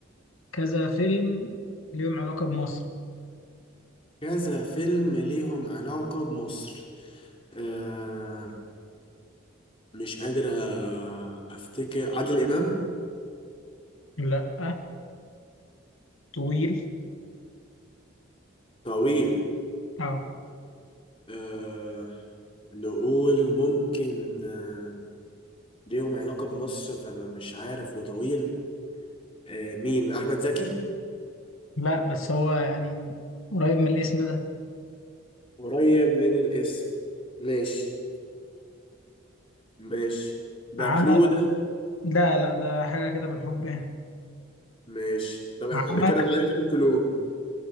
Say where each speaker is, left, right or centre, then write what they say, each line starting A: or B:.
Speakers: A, on the left; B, on the left.
A: كذا فيلم ليهم علاقة بمصر
B: كذا فيلم ليهم علاقة بمصر آه، مش قادر أ- افتكر عادل امام
A: لا طويل
B: طويل
A: اه
B: أه نقول ممكن أه ليهم علاقة بمصر فانا مش عارف وطويل أه مين احمد زكي
A: لا بس هو يعني قريب من الاسم ده
B: قريب من الاسم ماشي ماشي ده
A: عمل
B: كلو ده
A: لا لا ده حاجة كده بالحب يعني
B: ماشي طب انا
A: عمل
B: كده معايا كام كلو